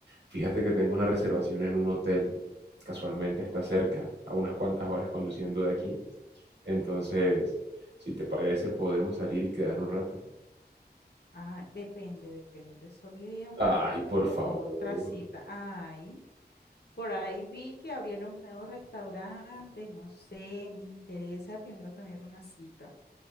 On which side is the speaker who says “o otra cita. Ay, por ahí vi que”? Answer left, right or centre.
Left